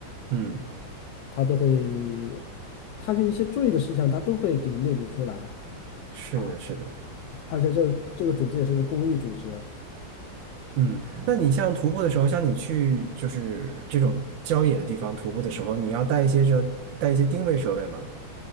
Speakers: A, on the right; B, on the left.
A: 嗯，
B: 它都会，它就一些注意的事项，它都会给你列举出来
A: 是的，
B: 啊。
A: 是的，
B: 而且这个这个组织也是个公益组织，
A: 嗯，那你像徒步的时候，像你去就是这种郊野的地方徒步的时候，你要带一些这带一些定位设备吗？